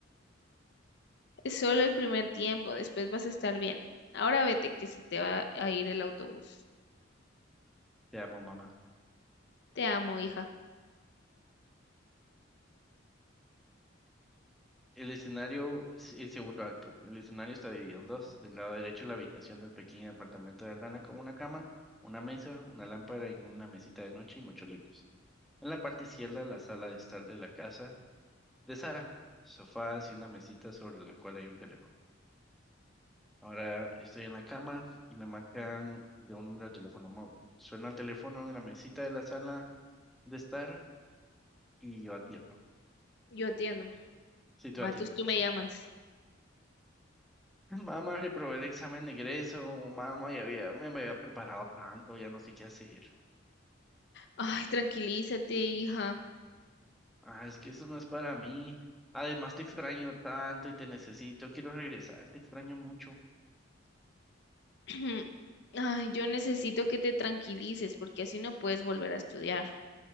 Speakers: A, on the left; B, in the centre.
A: Es solo el primer tiempo, después vas a estar bien. Ahora vete, que se te va a ir el autobús.
B: Te amo, mamá.
A: Te amo, hija.
B: El escenario, s- el segundo acto. El escenario está dividido en dos. Del lado derecho, la habitación del pequeño apartamento de Aldana con una cama, una mesa, una lámpara en una mesita de noche y muchos libros. En la parte izquierda, la sala de estar de la casa de Sara, sofás y una mesita sobre la cual hay un teléfono. Ahora estoy en la cama y me marcan de un número de teléfono móvil. Suena el teléfono en la mesita de la sala de estar y yo atiendo.
A: Yo atiendo.
B: Si tú
A: Matos,
B: atiendes,
A: tú
B: es
A: me
B: cierto.
A: llamas.
B: <laughs> Mamá, reprobé el examen de ingreso, o mamá, ya había, me había preparado tanto, ya no sé qué hacer.
A: Ay, tranquilízate, hija.
B: Ah, es que eso no es para mí. Además, te extraño tanto y te necesito, quiero regresar, te extraño mucho.
A: <clears throat> Ay, yo necesito que te tranquilices porque así no puedes volver a estudiar.